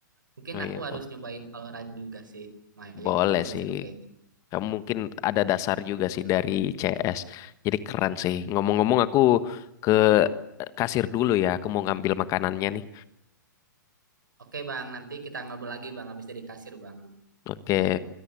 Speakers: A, on the right; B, on the left.
A: Mungkin
B: Oh iya
A: aku harus
B: bo
A: nyobain Valorant juga sih. Maya,
B: Boleh
A: lumayan
B: sih.
A: seru kayaknya.
B: Kamu mungkin ada dasar juga sih dari CS. Jadi keren sih. Ngomong-ngomong aku ke eh, kasir dulu ya. Aku mau ngambil makanannya nih.
A: Oke Bang, nanti kita ngobrol lagi Bang, habis dari kasir Bang.
B: Oke.